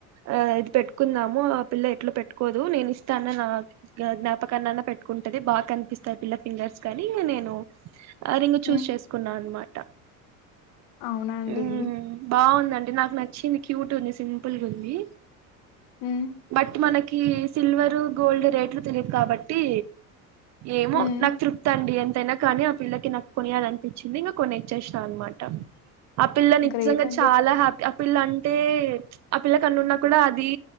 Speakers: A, on the right; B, on the left.
A: ఆహ్ అది పెట్టుకుందాము ఆ పిల్ల ఎట్లో పెట్టుకోదు నేను ఇస్తా అన్న నా జ్ఞాపక. కనాన్న పెట్టుకుంటది బాగా కనిపిస్తాది పిల్ల ఫింగర్స్ కానీ ఇంక నేను. ఆ రింగ్ చూస్
B: హ్మ్
A: చేసుకున్నా అన్నమాట.
B: అవునండి
A: ఉమ్ బాగుందండి నాకు నచ్చింది క్యూట్ ఉంది. సింపుల్గుంది
B: హ్మ్
A: బట్ మనకి. కి సిల్వరు గోల్డ్ రేట్లు తెలియదు కాబట్టి. ఏమో
B: హ్మ్
A: నాకు తృప్తి అండి అం. కానీ ఆ పిల్లకి నాకు కొనియాలనిపించింది ఇంక కొన్నిచ్చేసినా అనమాట. ఆ పిల్ల నిజంగా
B: గ్రేట్ అండి
A: చాలా
B: మీరు
A: హ్యాపీ ఆ పిల్ల అంటే ప్చ్ ఆ పిల్లకన్ను ఉన్నా కూడా అది.